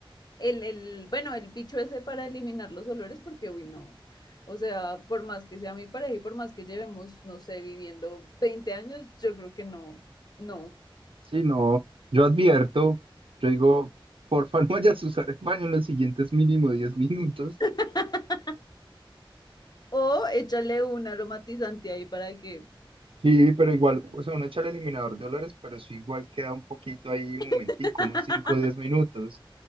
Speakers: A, on the left; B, on the right.
A: el, el, bueno, el bicho ese para eliminar los olores, porque, uy, no. O sea, por más que sea mi pareja y por más que llevemos, no sé, viviendo 20 años, yo creo que no, no.
B: Sí, no, yo advierto, yo digo, porfa, <laughs> no vayas a usar el baño en los siguientes mínimo 10 minutos.
A: <laughs> O échale un aromatizante ahí para que...
B: Sí, pero igual, o sea, uno echa el eliminador de olores, pero eso igual queda un poquito ahí, un momentico,
A: <laughs>
B: unos cinco o 10 minutos.